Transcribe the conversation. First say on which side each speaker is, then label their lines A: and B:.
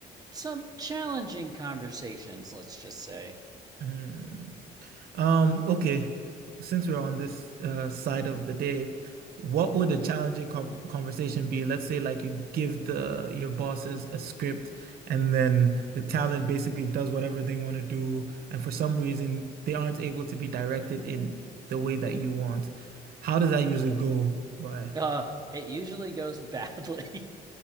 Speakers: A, on the right; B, on the right.
A: some challenging conversations, let's just say.
B: Mm. Um, okay. since we're on this uh, side of the day, what would a challenging com conversation be? Let's say like you give the your bosses a script and then the talent basically does whatever they want to do, and for some reason they aren't able to be directed in the way that you want. How does that usually go by?
A: Uh, it usually goes badly. <laughs>